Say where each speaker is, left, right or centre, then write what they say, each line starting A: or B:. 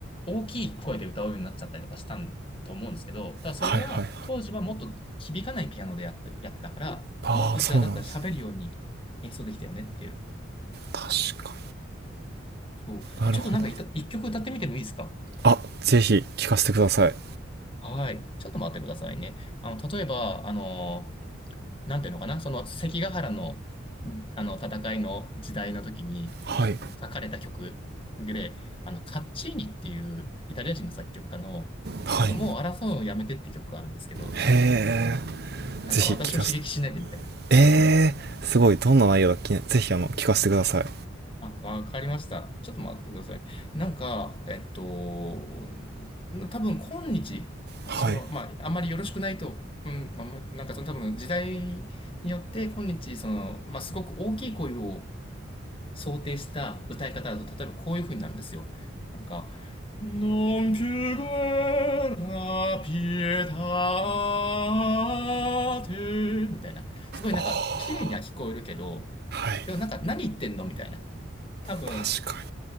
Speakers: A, on the left (about 25°); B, on the right (about 55°).
A: 大きい声で歌うようになっちゃったりとかしたんと思うんですけど、ただそれは、
B: はいはいはい
A: 当時はもっと響かないピアノでやって、やってたから、
B: ああそうなんですね
A: もっとじゃあ、だったら喋るように演奏できたよねっていう。
B: 確か
A: そう。
B: になるほど
A: ちょっとなんかいた、一曲歌ってみてもいいですか
B: あぜひ聞かせてください
A: はい。ちょっと待ってくださいね。あの、例えば、あのなんていうのかな、その関ヶ原の、あの戦いの時代の時に
B: はい
A: 書かれた曲で、あの、カッチーニっていうイタリア人の作曲家の、
B: はい
A: あの、もう争うのをやめてって曲があるんですけど、
B: へえ
A: なんか私を刺激しないでみたいな。
B: ぜひ聞かせええー、
A: そう。
B: すごいどんな内容だっけぜひあの聞かせてください
A: あ、わかりました。ちょっと待ってください。なんか、えっと、多分今日、
B: はい
A: その、まあ、あんまりよろしくないと、うん、あんまなんかその多分時代によって今日、その、まあ、すごく大きい声を想定した歌い方だと、例えばこういう風になるんですよ。なんか、Non più guerra pietate みたいな。すごいなんか、
B: ああ
A: 綺麗には聞こえるけど、
B: はい
A: でもなんか、何言ってんのみたいな。多分、
B: 確かに